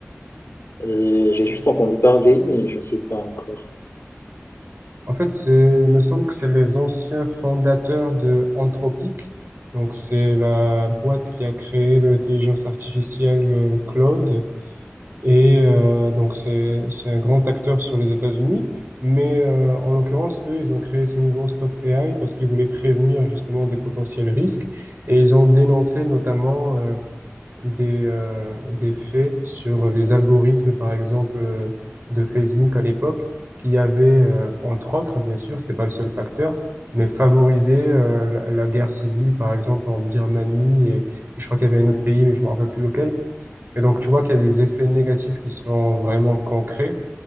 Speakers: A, on the left; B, on the right.
A: Euh, j'ai juste entendu parler, mais je ne sais pas encore.
B: En fait, c'est, il me semble que c'est les anciens fondateurs de Anthropic. Donc, c'est la boîte qui a créé l'intelligence artificielle euh, Claude. Et euh, donc, c'est, c'est un grand acteur sur les États-Unis. Mais euh, en l'occurrence, eux, ils ont créé ce mouvement Stop AI parce qu'ils voulaient prévenir justement des potentiels risques. Et ils ont dénoncé notamment euh, des, euh, des faits sur les algorithmes, par exemple, euh, de Facebook à l'époque, qui avaient, euh, entre autres, bien sûr, c'était pas le seul facteur, mais favorisé euh, la, la guerre civile, par exemple, en Birmanie, et, et je crois qu'il y avait un autre pays, mais je me rappelle plus lequel. Et donc, tu vois qu'il y a des effets négatifs qui sont vraiment concrets.